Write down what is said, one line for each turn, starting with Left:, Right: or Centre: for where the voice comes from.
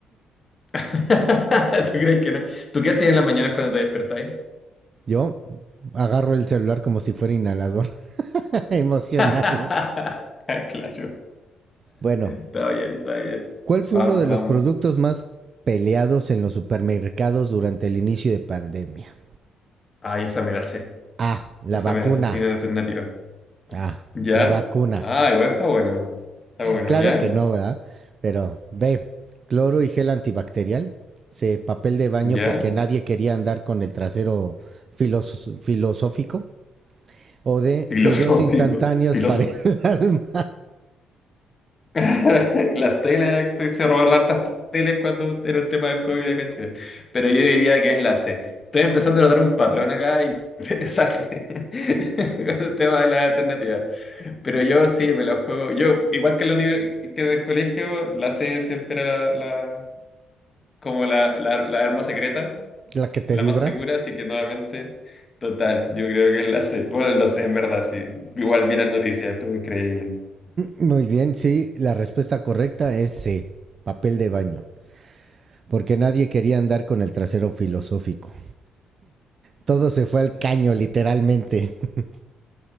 Left: <laughs> ¿Tú crees que no? ¿Tú qué haces en las mañanas cuando te despertáis?
Right: Yo agarro el celular como si fuera inhalador <laughs> emocional.
Left: <laughs> Ah, Claro,
Right: Bueno,
Left: está bien, está bien.
Right: ¿cuál fue
Left: Vamos,
Right: uno de los
Left: vamos.
Right: productos más peleados en los supermercados durante el inicio de pandemia?
Left: Ay, esa me la sé.
Right: Ah,
Left: Esa
Right: la vacuna.
Left: me la sé sin alternativa.
Right: Ah,
Left: ¿Ya?
Right: la vacuna.
Left: Ah, igual está bueno. Está bueno,
Right: Claro
Left: ¿ya?
Right: que no, ¿verdad? Pero B, cloro y gel antibacterial. C, papel de baño
Left: ¿Ya?
Right: porque nadie quería andar con el trasero filos- filosófico. O D,
Left: Filosófico.
Right: fideos instantáneos
Left: Filosófico.
Right: para el <laughs> alma.
Left: <laughs> Las teles, te- se robaron hartas teles cuando era el tema del COVID acá en Chile. Pero yo diría que es la C. Estoy empezando a notar un patrón acá interesante <laughs> con el tema de las alternativas. Pero yo sí me la juego. Yo, igual que en, la univer- que en el colegio, la C siempre era la, la- como la, la, la arma secreta,
Right: La que te
Left: la
Right: vibra.
Left: más segura, así que nuevamente, total, yo creo que es la C. Bueno, lo sé, en verdad, sí. Igual vi las noticias, estuvo increíble.
Right: Muy bien, sí, la respuesta correcta es C, papel de baño. Porque nadie quería andar con el trasero filosófico. Todo se fue al caño, literalmente. <laughs>